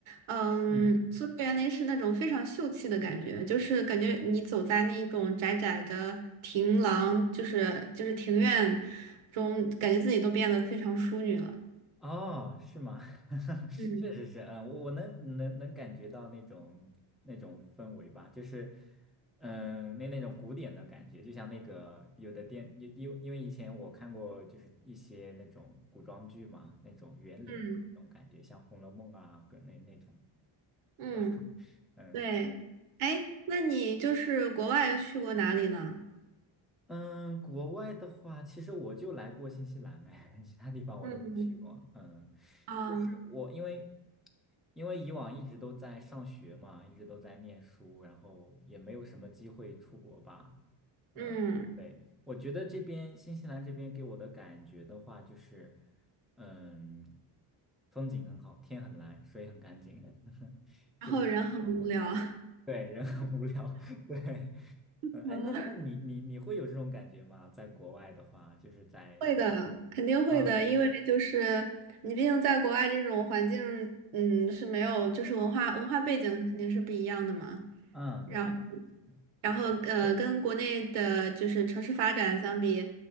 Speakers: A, on the right; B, in the centre.
A: 嗯，
B: 嗯，
A: 苏州园林是那种非常秀气的感觉，就是感觉你走在那种窄窄的庭廊，就是就是庭院中，感觉自己都变得非常淑女了。
B: 哦，是吗？<laughs>
A: 嗯
B: 确实是，嗯，我我能能能感觉到那种那种氛围吧，就是，嗯，那那种古典的感觉，就像那个有的电，因因因为以前我看过，就是一些那种古装剧嘛，那种园林的那种感觉，
A: 嗯
B: 像《红楼梦》啊，跟那那种，
A: 嗯，
B: 对吧？<laughs> 嗯。
A: 对，哎，那你就是国外又去过哪里呢？
B: 嗯，国外的话，其实我就来过新西兰，哎，<laughs> 其他地方我都没去过。
A: 嗯
B: 嗯，
A: 啊，
B: 就是我因为因为以往一直都在上学嘛，一直都在念书，然后也没有什么机会出国吧。嗯，
A: 嗯，
B: 对，我觉得这边新西兰这边给我的感觉的话，就是嗯，风景很好，天很蓝，水很干净，<laughs>
A: 然后人很无聊。
B: 就是对，人很无聊，<laughs> 对，
A: <laughs>
B: 嗯，哎，那那你你你会有这种感觉吗？在国外的话，就是在，
A: 会的，肯定会的，
B: 嗯
A: 因为就是你毕竟在国外这种环境，嗯，是没有，就是文化文化背景肯定是不一样的嘛。
B: 嗯，
A: 然后，
B: 对的
A: 然后呃，
B: 嗯
A: 跟国内的就是城市发展相比，